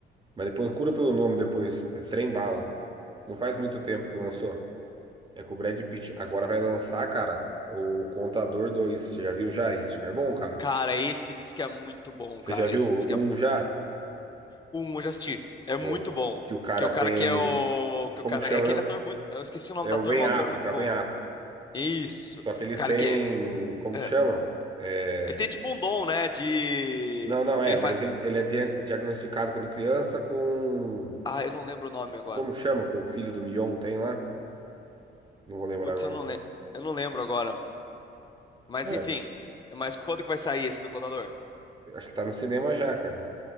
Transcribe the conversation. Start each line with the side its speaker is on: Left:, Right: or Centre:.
Right: Mas depois procura pelo nome depois, é Trem Bala. Não faz muito tempo que lançou. É com o Brad Pitt. Agora vai lançar, cara, o Contador 2. Você já viu já? Esse filme é bom, cara.
Left: Cara, esse diz que é muito bom,
Right: Você
Left: cara.
Right: já viu
Left: Esse
Right: o
Left: diz que é muito.
Right: um já?
Left: O Um, eu já assisti. É muito
Right: Ô,
Left: bom.
Right: que o cara
Left: Que é o
Right: tem.
Left: cara que é o. Que
Right: Como
Left: o cara.
Right: que chama
Left: É aquele
Right: mesmo?
Left: ator. muito. Eu esqueci o nome
Right: É
Left: do
Right: o
Left: ator,
Right: Ben
Left: mas
Right: Affleck,
Left: o ator é muito
Right: é
Left: bom.
Right: o Ben Affleck.
Left: Isso.
Right: Só que ele
Left: Cara,
Right: tem.
Left: que.
Right: Como
Left: É.
Right: que chama? É...
Left: Ele tem tipo um dom, né? De.
Right: Não, não
Left: Ele
Right: é, mas
Left: faz.
Right: ele, ele é dia- diagnosticado quando criança com.
Left: Ah, eu não lembro o nome agora.
Right: Como que chama? Com o filho do Mion tem lá? Não vou lembrar
Left: Putz,
Right: agora.
Left: eu não, le... eu não lembro agora. Mas
Right: É,
Left: enfim. Mas quando que vai sair esse do contador?
Right: acho que tá no cinema já, cara.